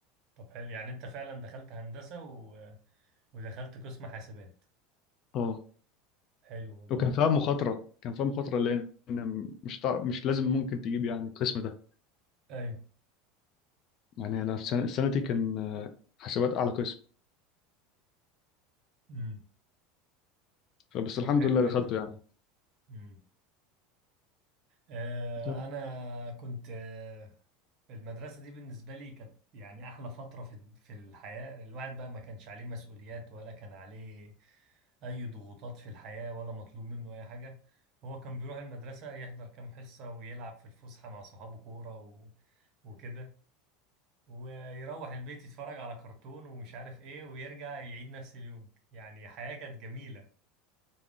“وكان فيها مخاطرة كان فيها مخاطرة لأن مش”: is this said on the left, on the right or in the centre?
Left